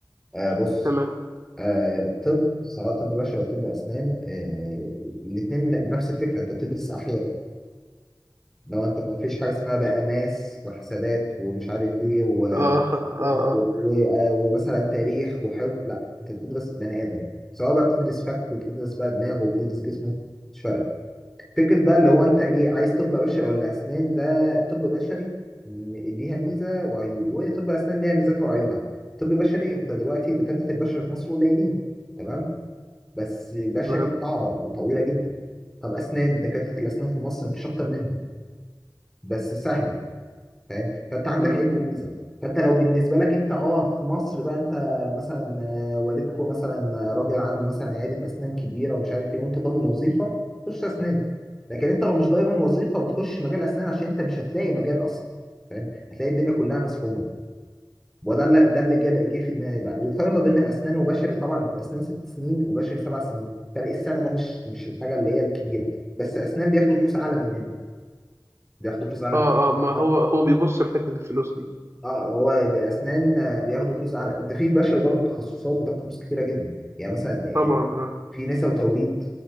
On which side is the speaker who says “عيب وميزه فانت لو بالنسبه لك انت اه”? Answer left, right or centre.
Centre